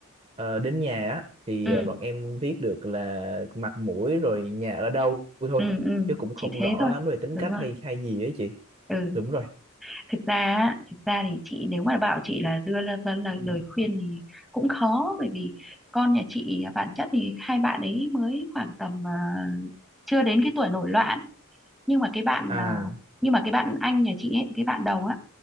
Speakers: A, on the right; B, in the centre.
A: ờ, đến nhà á thì
B: Ừ,
A: ờ, bọn em biết được là mặt mũi rồi nhà ở đâu thôi
B: ừ, ừ,
A: chứ cũng không
B: chỉ thế
A: rõ
B: thôi.
A: lắm về tính
B: Đúng
A: cách
B: rồi.
A: hay hay gì ấy chị
B: Ừ,
A: đúng rồi
B: thực ra á, thực ra thì chị nếu mà bảo chị là đưa ra, ra là lời khuyên thì cũng khó bởi vì con nhà chị bản chất thì hai bạn ấy mới khoảng tầm ờ, chưa đến cái tuổi nổi loạn nhưng mà cái bạn
A: à
B: à, nhưng mà cái bạn anh nhà chị ấy cái bạn đầu á